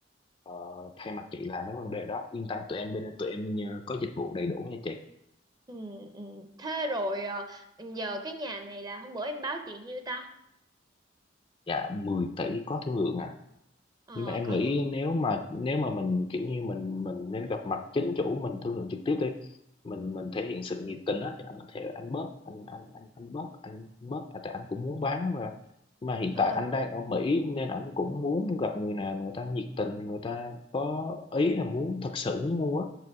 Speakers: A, on the left; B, on the right.
A: ờ, thay mặt chị làm mấy vấn đề đó yên tâm tụi em bên tụi em ờ, có dịch vụ đầy đủ nha chị
B: ừ, ừ. thế rồi ờ, giờ cái nhà này là hôm bữa em báo chị nhiêu ta
A: dạ 10 tỷ có thương lượng à
B: ờ
A: nhưng mà em
B: có
A: nghĩ
B: thường.
A: nếu mà nếu mà mình kiểu như mình mình nên gặp mặt chính chủ mình thương lượng trực tiếp đi mình mình thể hiện sự nhiệt tình á thì anh có thể anh bớt anh anh anh anh bớt anh bớt à, tại anh cũng muốn bán mà Nhưng mà hiện
B: ừ.
A: tại anh đang ở Mỹ nên anh cũng muốn gặp người nào người ta nhiệt tình người ta có ý là muốn thật sự muốn mua á